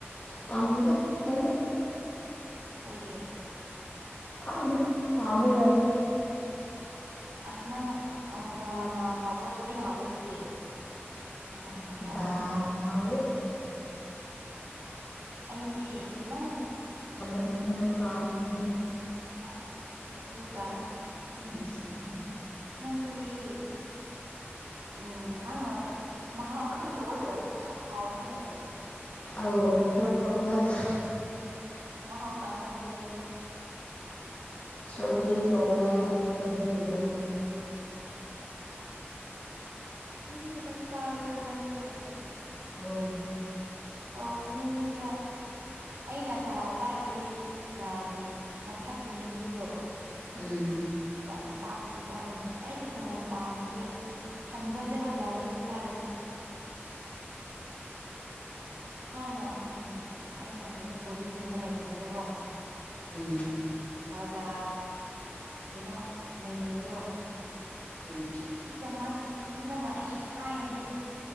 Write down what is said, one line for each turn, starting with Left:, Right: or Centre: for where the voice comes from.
Left: ꯄꯝꯗꯗ ꯀꯝꯗ
Right: ꯀꯩꯦ
Left: ꯀꯝꯅꯦ ꯄꯃꯣꯏ ꯌꯥꯗꯦ
Right: ꯑꯁ ꯅꯪ ꯗꯥꯜꯅ ꯍꯥꯎꯕ꯭ꯔꯣ ꯁꯨꯔꯤꯅ ꯍꯕ꯭ꯔꯣ ꯑꯗꯨꯗꯤ ꯜ ꯍꯔꯛꯅ
Left: ꯗꯥꯜꯅ ꯍꯥꯎꯋꯤ
Right: ꯑꯩꯗꯤ ꯅꯪꯅ
Left: ꯅꯤ ꯉ ꯄꯥꯝꯃꯤ
Right: ꯑꯁ ꯑꯗꯨ ꯇꯥꯏ
Left: <unintelligible> <inaudible>
Right: ꯅꯪ ꯁꯧꯒ꯭ꯔꯤ ꯎꯝ ꯅꯪꯅ ꯃꯍꯥꯎ ꯈꯪꯗ ꯑꯣꯏꯔꯕꯅꯤ ꯌꯥꯝ ꯍꯥꯎꯕꯅꯦ
Left: ꯑ
Right: ꯑꯩꯒꯤꯗꯤ
Left: ꯀꯔꯄꯕꯗ
Right: ꯍꯥꯎ ꯇꯥꯥꯡꯋꯥ ꯏꯗꯦ ꯌꯥꯣ
Left: ꯁꯧꯒꯔꯤ ꯊꯒꯍꯤꯒꯗ
Right: ꯃꯍꯤ ꯈꯤꯇꯪ ꯆꯥꯕꯗꯨꯔꯣ ꯅꯪꯁꯨ
Left: ꯑꯥꯎ
Right: ꯇꯧꯕꯅꯦ ꯃꯤ ꯈꯔ ꯑꯩꯅ ꯗꯥ ꯆꯥꯔꯗꯤ ꯗꯥꯒꯤ ꯃꯊꯛꯀꯤ ꯃꯍꯤꯗꯣ
Left: ꯎꯝ
Right: ꯃꯄꯥꯛꯇꯨꯗꯤ ꯆꯥꯅꯤꯡꯗꯦꯕ ꯑꯩꯗꯤ ꯊ ꯄꯥꯝꯗꯦ ꯊꯟꯒꯠꯂꯦꯕꯗꯥ ꯍꯦꯛ ꯆꯔꯗꯤ ꯊꯥꯏꯅ ꯎꯝ ꯑꯩꯅ ꯀꯩꯅꯣ ꯕꯣꯔꯗꯤꯡꯒꯨꯝꯕ ꯂꯩꯔꯤꯉꯩꯗꯀꯣ
Left: ꯎꯝ
Right: ꯀ ꯌꯦꯩꯅꯣ ꯃꯩꯔꯦꯟꯗꯣ
Left: ꯎꯝ
Right: ꯄꯤꯖꯃꯟꯅꯅ ꯑꯁ ꯊꯥꯏꯅꯗꯤ